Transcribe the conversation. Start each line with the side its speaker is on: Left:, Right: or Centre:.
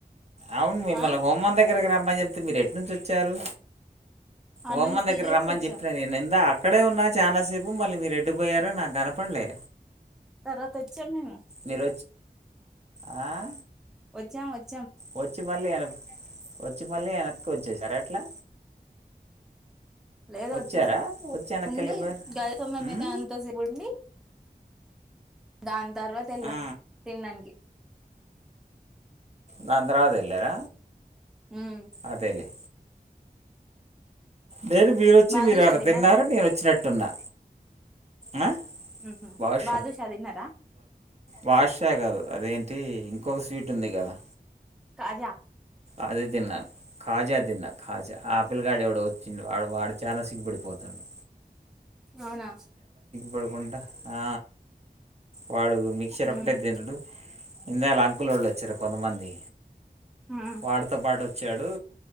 Right: అవును మిమ్మల్ని
Centre: ఆ
Right: హోమం దగ్గరకి రామన్నా రమని చెప్తే మీరు ఎట్ నుంచి వచ్చారు?
Centre: ఆడ
Right: హోమం
Centre: నుంచి
Right: దగ్గరికి
Centre: తిరిగేసి
Right: రమ్మని
Centre: వచ్చాం
Right: చెప్పిన నేను ఇందా అక్కడే ఉన్నా చానాసేపు మళ్లీ మీరు ఎటుపోయారో నాకు కనపడలే?
Centre: తర్వాత వచ్చాం మేము.
Right: మీరు ఆ
Centre: వచ్చాం వచ్చ
Right: వచ్చి మళ్లీ వెనక్కి వచ్చి మళ్లీ వెనక్కి వచ్చేశార ఏట్లా?
Centre: లేదు
Right: వచ్చారా
Centre: వచ్చేశాం ఉండి
Right: వెళ్ళిపోయారు
Centre: <inaudible>
Right: ఉమ్,
Centre: అంతసేపు ఉండి దాని తర్వాత వెళ్లాం
Right: ఆ.
Centre: తినడానికి.
Right: దాని తర్వాత వెళ్లార
Centre: మ్మ్
Right: అదేలే. నేను మీరు వచ్చి
Centre: బాదుషా
Right: మీరు ఆడ
Centre: తిన్నారండి
Right: తిన్నారు
Centre: అది
Right: నేను వచ్చినట్టున్నా. ఆ
Centre: మ్మ్
Right: బాదుషా
Centre: తిన్నారా
Right: బాషా కాదు. అదేంటి, ఇంకో స్వీట్ ఉంది కదా?
Centre: కాజా.
Right: అదే తిన్నాను కాజా తిన్నా కాజా ఆపిల్ కాడ ఎవడ వచ్చిడు వాడు వాడు చానా సిగ్బడిపోతాడు
Centre: అవునా
Right: పడుకుంటా ఆ వాడు మిక్చర్
Centre: మ్మ్
Right: ఒక్కటే తినడు ఇందేళ అంకుల వాళ్ళు వచ్చారు కొంతమంది
Centre: మ్మ్
Right: వాలతో పాటు వచ్చాడు